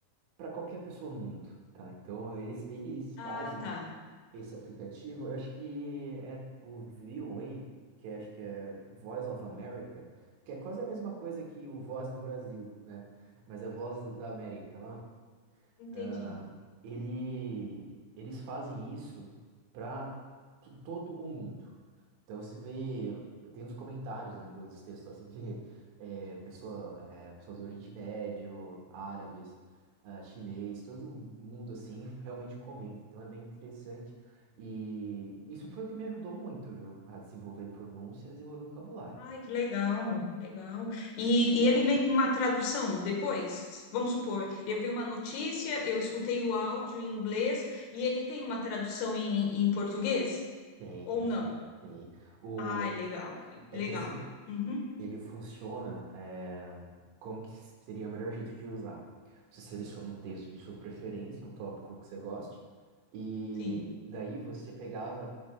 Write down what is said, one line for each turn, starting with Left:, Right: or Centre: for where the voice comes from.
Right: para qualquer pessoa no mundo, tá? Então eles, eles
Left: Ah,
Right: fazem
Left: tá.
Right: esse aplicativo. Eu acho que é o VOA, que é- acho que é Voice of America, que é quase a mesma coisa que o Voz do Brasil, né? Mas é Voz da América lá.
Left: Entendi.
Right: Ah, ele, eles fazem isso para todo o mundo. Então se vê, tem nos comentários, né, dos textos lá, se vê é, pessoa, é, pessoas do Oriente Médio, árabes, ah, chinês, todo mundo assim realmente comenta. Então é bem interessante. E isso foi o que me ajudou muito, viu? A desenvolver pronúncia, a desenvolver vocabulário.
Left: Ai, que legal, que legal. E, e ele vem com uma tradução depois? Vamos supor, eu vi uma notícia, eu escutei o áudio em inglês e ele tem uma tradução em, em português?
Right: Tem,
Left: Ou
Right: tem
Left: não?
Right: sim. Tem. O,
Left: Ai, legal,
Right: é
Left: legal.
Right: que assim,
Left: Uhum,
Right: ele funciona é, como que seria o melhor jeito de usar. Você seleciona um texto de sua preferência, um tópico que você goste, e
Left: Sim,
Right: daí você pegava